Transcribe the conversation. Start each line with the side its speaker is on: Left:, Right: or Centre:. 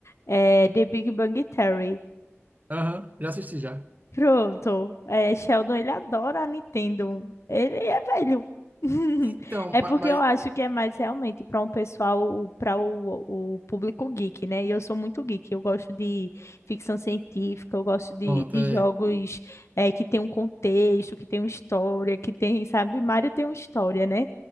Left: é, The Big Bang Theory.
Right: aham, já assisti já.
Left: Pronto. É, Sheldon, ele adora a Nintendo. Ele é velho. <laughs>
Right: Então,
Left: É
Right: ma-
Left: porque
Right: mas,
Left: eu acho que é mais realmente para um pessoal, para o, o público geek, né? E eu sou muito geek. Eu gosto de ficção científica, eu gosto de,
Right: pronto,
Left: de
Right: é.
Left: jogos é, que tem um contexto, que tem uma história, que tem, sabe? Mario tem uma história, né?